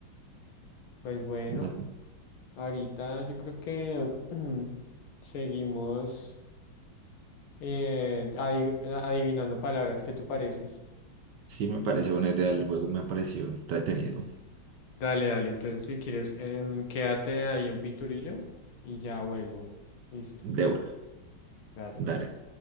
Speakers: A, on the left; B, on the right.
A: Pues bueno,
B: Vamos.
A: ahorita yo creo que <clears throat> mm, seguimos eh, adiv- adivinando palabras. ¿Qué te parece?
B: Sí, me pareció buena idea el juego, me ha parecido entretenido.
A: Dale, dale. Entonces, si quieres, em, quédate ahí en Pinturillo y ya vuelvo. Listo.
B: De una,
A: Dale.
B: dale.